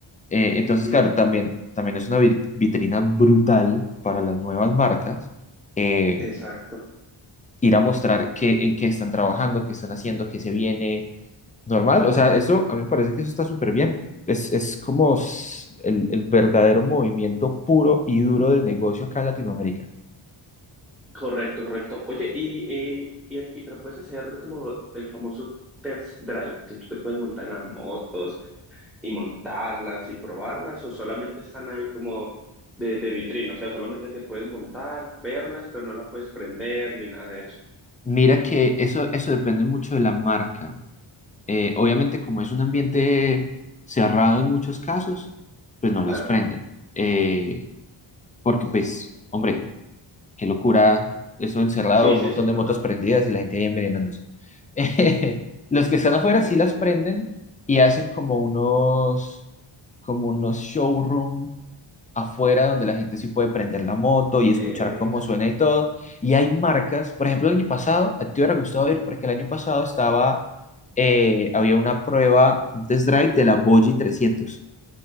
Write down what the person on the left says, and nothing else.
Eh, entonces,
claro, también, también es una vi- vitrina brutal para las nuevas marcas. Eh,
ir a mostrar qué, en qué están trabajando, qué están haciendo, qué se viene normal. O sea, eso a mí me parece que eso está súper bien. Es, es como s- el, el verdadero movimiento puro y duro del negocio acá en Latinoamérica.
Mira que eso, eso depende mucho de la marca. Eh, obviamente, como es un ambiente cerrado en muchos casos, pues no
las prenden. Eh, porque, pues, hombre, Qué locura, eso encerrado,
un
montón
de motos prendidas y la gente ahí envenenándose. <laughs> Eh, los que están afuera
sí
las
prenden y hacen como unos, como unos showroom afuera donde la gente sí puede prender la moto y escuchar
cómo suena y todo. Y hay marcas, por ejemplo, el año pasado, a ti te hubiera gustado ir porque el año pasado estaba, eh, había una prueba, un test drive de la Bogie 300.